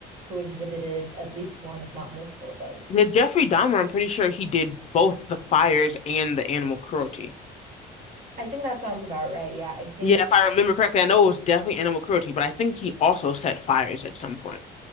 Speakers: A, on the right (about 50°); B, on the left (about 40°).
A: who exhibited at least one, if not multiple of those.
B: Yeah, Jeffrey Dahmer, I'm pretty sure he did both the fires and the animal cruelty.
A: I think that sounds about right. Yeah, I think
B: Yeah, if I remember correctly, I know it was definitely animal cruelty, but I think he also set fires at some point.